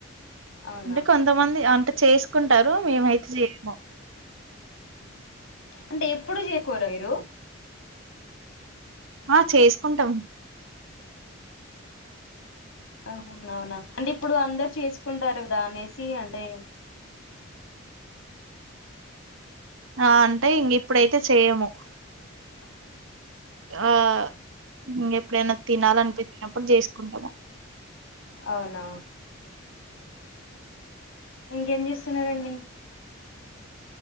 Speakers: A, on the left; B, on the right.
A: అవునా
B: అంటే కొంతమంది అ అ చేసుకుంటారు మేమైతే చేయము
A: అంటే ఎప్పుడు చే కోర మీరు
B: ఆ చేసుకుంటాం
A: అహ అవునా అంటే ఇప్పుడు అందరు చేసుకుంటారు కదా అనేసి అంటే
B: ఆ అంటే ఇంక ఇప్పుడైతే చెయ్యము
A: ఆ <inaudible>
B: ఆ ఇంక ఎప్పుడైనా తినాలనిపించినప్పుడు చేసుకుంటను
A: అవునా ఇంకేం చేస్త స్తునరండి